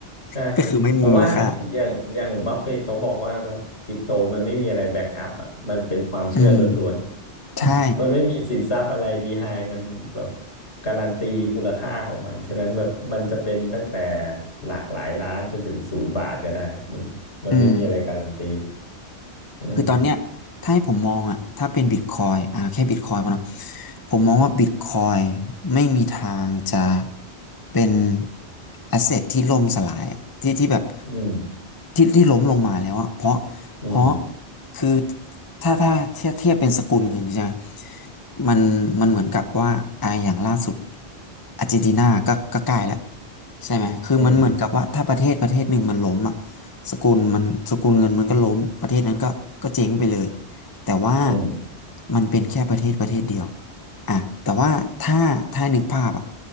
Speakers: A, on the left; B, on the left.
A: ใช่
B: <laughs> ก็คือไม่มีมูลค่า
A: เพราะว่าอย่างอย่างบัฟเฟตเขาบอกว่าแบบคริปโตมันไม่มีอะไรแบ็กอัพอ่ะมันเป็นความเชื่อล้วนๆ
B: อืม
A: <laughs>
B: ใช่
A: มันไม่มีสินทรัพย์อะไรบีไฮมันแบบการันตีมูลค่าของมันฉะนั้นแบบมันจะเป็นตั้งแต่หลากหลายล้านจนถึงศูนย์บาทก็ได้มันมันไม่มีอะไรการันตี
B: อืม
A: อืม
B: คือตอนเนี้ยถ้าให้ผมมองอ่ะถ้าเป็นบิตคอยอ่าแค่บิตคอยพอเนอะผมมองว่าบิตคอยไม่มีทางจะเป็นแอสเซทที่ล่มสลายอะที่ที่แบบ
A: อืม
B: ที่ที่ล้มลงมาแล้วอะเพราะ
A: อืม
B: เพราะคือถ้าถ้าเทียบเทียบเป็นสกุลเงินใช่ไหมมันมันเหมือนกับว่าอ่าอย่างล่าสุดอาร์เจนตินาก็ก็ใกล้แล้วใช่ไหมคือมันเหมือนกับว่าถ้าประเทศประเทศหนึ่งมันล้มอ่ะ
A: อืม
B: สกุลมันสกุลเงินมันก็ล้มประเทศนั้นก็ก็เจ๊งไปเลยแต่ว่า
A: อืม
B: มันเป็นแค่ประเทศประเทศเดียวอ่ะแต่ว่าถ้าถ้านึกภาพอ่ะ